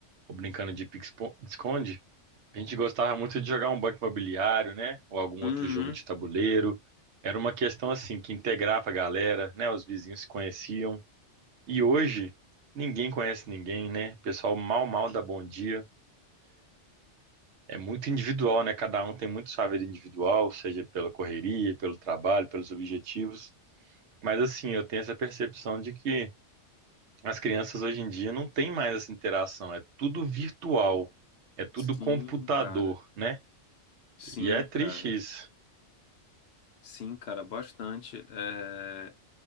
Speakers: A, on the right; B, on the left.
A: ou brincando de pique-esconde, a gente gostava muito de jogar um banco imobiliário, né? Ou algum
B: Uhum.
A: outro jogo de tabuleiro. Era uma questão assim que integrava a galera, né? Os vizinhos se conheciam. E hoje, ninguém conhece ninguém, né? O pessoal mal, mal dá bom dia. É muito individual, né? Cada um tem muito sua vida individual, seja pela correria, pelo trabalho, pelos objetivos. Mas assim, eu tenho essa percepção de que as crianças hoje em dia não têm mais essa interação. É tudo virtual, é tudo
B: Sim,
A: computador,
B: cara.
A: né?
B: Sim,
A: E é triste
B: cara.
A: isso.
B: Sim, cara, bastante. É...